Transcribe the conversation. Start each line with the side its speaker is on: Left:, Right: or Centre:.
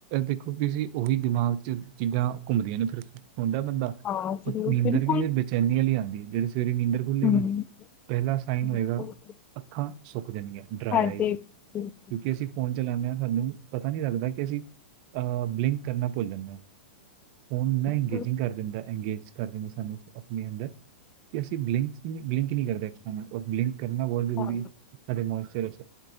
Right: ਦੇਖੋ ਤੁਸੀਂ ਉਹੀ ਦਿਮਾਗ'ਚ ਚੀਜ਼ਾਂ ਘੁੰਮਦੀਆਂ ਨੇ ਫਿਰ, ਸੋਂਦਾ ਬੰਦਾ
Left: ਹਾਂ
Right: ਉਹ
Left: ਜ਼ਰੂਰ
Right: ਨੀਂਦਰ
Left: ਬਿਲਕੁਲ
Right: ਵੀ ਫਿਰ ਬੇਚੈਨੀ ਵਾਲੀ ਆਂਦੀ, ਜਿਹੜੀ ਸਵੇਰੇ ਨੀਂਦਰ ਖੁੱਲ੍ਹੇਗੀ,
Left: ਹਮ
Right: ਪਹਿਲਾ ਸਾਈਨ
Left: ਬਿਲਕੁਲ
Right: ਹੋਏਗਾ ਅੱਖਾਂ ਸੁੱਕ ਜਾਣਗੀਆਂ ਡਰਾਈ
Left: ਹੈਡੇਕ
Right: ਆਈਜ਼
Left: ਬਿਲਕੁਲ
Right: ਕਿਉਂਕਿ ਅਸੀਂ ਫੋਨ ਚਲਾਂਨੇ ਆ ਨਾ, ਸਾਨੂੰ ਪਤਾ ਨੀ ਲੱਗਦਾ ਕਿ ਅਸੀਂ ਅਹ ਬਲਿੰਕ ਕਰਨਾ ਭੁੱਲ ਜਾਂਦਾ ਏ, ਹੁਣ ਨਾ
Left: ਬਿਲਕੁਲ
Right: ਇੰਗੇਜਿੰਗ ਕਰ ਦਿੰਦਾ ਇੰਗੇਜ ਕਰਦੇ ਨੇ ਸਾਨੂੰ ਆਪਣੇ ਅੰਦਰ, ਕਿ ਅਸੀਂ ਬਲਿੰਕ, ਬਲਿੰਕ ਨਹੀਂ ਕਰਦੇ, ਔਰ ਬਲਿੰਕ ਕਰਣਾ ਬਹੁਤ ਜਰੂਰੀ
Left: ਹਾਂ
Right: ਏ, ਸਾਡੇ ਮੌਇਸ਼ਚਰ ਆਸ